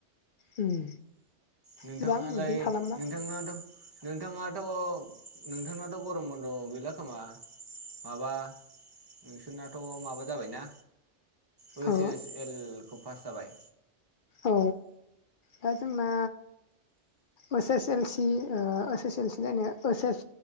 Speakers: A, on the left; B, on the right.
A: उम
B: नोंथाङालाय
A: मोजां बिदिनो खालामबा
B: नोंथांनाथ' नोंथाङाथ' नोंथांनाथ' गरम बन्द' गैला खोमा। माबा नोंसोरनाथ' माबा जाबायना? ओइस
A: अ
B: एस एल खौ पास जाबाय?
A: औ दा जोंना ओस एस एल सि ओस एस एल सि नो ओइस एस